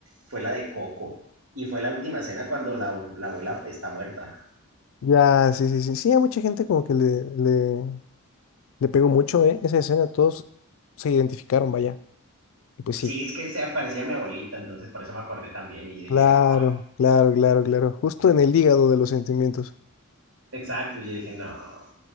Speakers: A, on the right; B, on the left.
A: fue la de Coco. Y fue la última escena cuando la, la abuela está muerta.
B: Ya, sí, sí, sí. Sí, a mucha gente como que le, le, le pegó mucho, ¿eh? Esa escena, todos se identificaron, vaya. Y pues
A: Sí,
B: sí.
A: es que se parecía a mi abuelita, entonces por eso me acordé también. Y yo
B: Claro,
A: dije, oh,
B: claro, claro, claro. Justo en el hígado de los sentimientos.
A: exacto. Y yo dije, no.